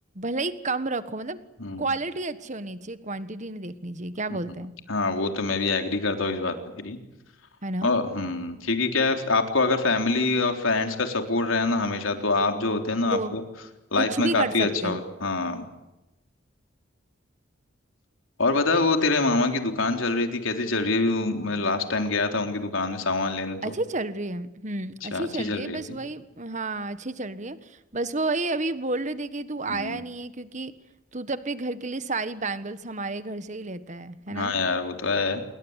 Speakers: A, on the right; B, on the left.
A: भले ही कम रखो मतलब
B: हम्म
A: क्वालिटी अच्छी होनी चाहिए क्वांटिटी नहीं देखनी चाहिए क्या बोलते
B: हम्म,
A: हैं
B: हाँ वो तो मैं भी एग्री करता हूँ इस बात पे तेरी
A: है ना
B: और हम्म क्योंकि क्या है आपको अगर फैमिली और फ्रेंड्स का सपोर्ट रहे ना हमेशा तो आप जो होते हैं ना
A: तो
B: आपको लाइफ
A: कुछ
B: में
A: भी
B: काफी
A: कर सकते
B: अच्छा
A: हो
B: हो हाँ और बता वो तेरे मामा की दुकान चल रही थी कैसी चल रही है अभी वो- मैं लास्ट टाइम गया था उनकी दुकान में सामान लेने
A: अच्छी
B: तो
A: चल रही है हम्म
B: अच्छा
A: अच्छी
B: अच्छी
A: चल
B: चल
A: रही है
B: रही है
A: बस
B: कि
A: वही हाँ अच्छी चल रही है बस वो वही अभी बोल रहे थे कि तू
B: हम्म
A: आया नहीं है क्योंकि तू तो अपने घर के लिए सारी बैंगल्स हमारे घर से ही लेता है है ना
B: हाँ यार वो तो है